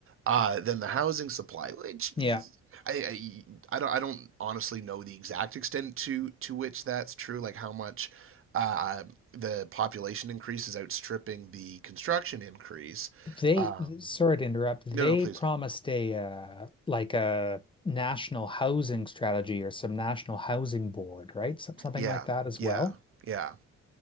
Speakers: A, on the right; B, on the left.
A: uh, than the housing supply which
B: yeah.
A: I, I, I don't I don't honestly know the exact extent to to which that's true like how much uh, the population increase is outstripping the construction increase
B: They,
A: um,
B: sorry to interrupt, they
A: no no please
B: promised a uh, like a national housing strategy or some national housing board, right? Some, something
A: yeah
B: like that as
A: yeah
B: well.
A: yeah